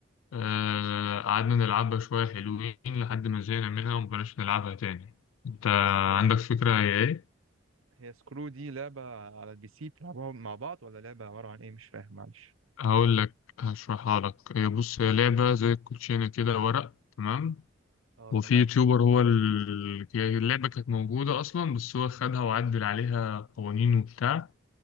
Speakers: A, on the left (about 75°); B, on the right (about 80°).
A: آه، قعدنا نلعبها شوية حلوين لحد ما زهقنا منها ومبقناش نلعبها تاني انت
B: هي
A: عندك فكرة هي ايه؟
B: هي سكرو دي لعبه على البي سي بتلعبوها مع بعض ولا لعبه عباره عن ايه مش فاهم معلش
A: هقول لك هشرحها لك هي بص هي لعبة زي الكوتشينة كده ورق تمام
B: اه
A: وفي
B: تمام
A: يوتيوبر هو ال... هي اللعبة كانت موجودة أصلا بس هو خدها وعدل عليها قوانين وبتاع